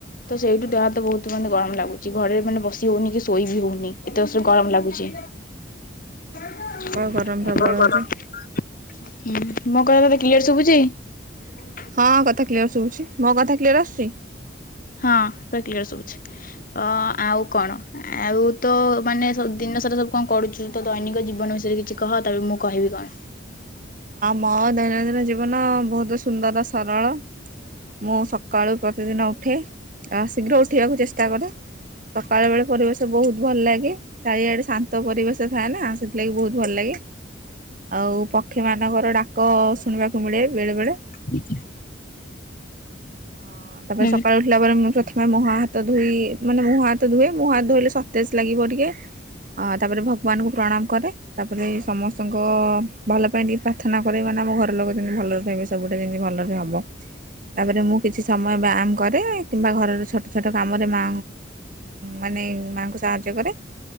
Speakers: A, on the left; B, on the right.
A: ତ ସେଇଠୁ ଦେହ ତ ବହୁତ ମାନେ ଗରମ ଲାଗୁଛି ଘରେରେ ମାନେ ବସି ହଉନି କି ଶୋଇ ବି ହଉନି ଏତେ ବର୍ଷୁ ଗରମ ଲାଗୁଛି। ହ
B: ପ୍ରବଳ
A: ଭର
B: ଗରମ ପ୍ରବଳ
A: <inaudible>
B: ହଉଛି।
A: ହୁଁ ମୋ କଥା ତତେ କର ଶୁଭୁଛି।
B: ହଁ କଥା କ୍ଲିୟର ଶୁଛି ମୋ କଥା କ୍ଲିୟର ଆସୁଛି।
A: ହଁ ପ୍ର ସବୁଛି ତ ଆଉ କଣ ଆଉ ତ ମାନେ ଦିନ ସାରା ସବୁ କଣ କରୁଛୁ ତ ଦୈନିକ ଜୀବନ ବିଷୟରେ କିଛି କହ ତା ମୁଁ କହିବି କଣ।
B: ମୋ ଦୈନନ୍ଦିନ ଜୀବନ ବହୁତ ସୁନ୍ଦର ସରଳ ମୁଁ ସକାଳୁ ପ୍ରତିଦିନ ଉଠେ ଶୀଘ୍ର ଉଠିବାକୁ ଚେଷ୍ଟା କରେ ସକାଳୁ ବେଳେ ପରିବେଶ ବହୁତ ଭଲ ଲାଗେ ଚାରିଆଡେ ଶାନ୍ତ ପରିବେଶ ଥାଏ ନା ସେଥିଲାଗି ବହୁତ ଭଲ ଲାଗେ। ଆଉ ମାନଙ୍କର ଡାକ ଶୁଣିବାକୁ ମିଳେ ବେଳେ ବେଳେ
A: ଦେଖେ
B: ଅ ତାପରେ
A: ହୁଁ
B: ସକାଳୁ ଉଠିଲା ପରେ ମୁ ପ୍ରଥମେ ମହା ହାତ ଧୋଇ ମାନେ ମୁଁ ହାତ ଧୋଇଏ ମୁଁ ହାତ ଧୋଇଲେ ତେଜ ଲାଗିବ ଟିକେ ତାପରେ ଭଗବାନଙ୍କୁ ପ୍ରଣାମ। କରେ ତାପରେ ସମସ୍ତଙ୍କ ଭଲ ପାଇଁ ଟିକେ ପ୍ରାର୍ଥନା କର ମ ନା ଆମ ଘର ଲୋକ କେମି ଭଲ ର ସବୁଟେମିତି ଭଲରେ ହବ ତାପରେ କିଛି ସମୟ ବ୍ୟାୟାମ କରେ କିମ୍ବା ଘରର ଛୋଟ ଛୋଟ କାମରେ ମା ମାନେ ମାଆଙ୍କୁ ସାହାଯ୍ୟ କରେ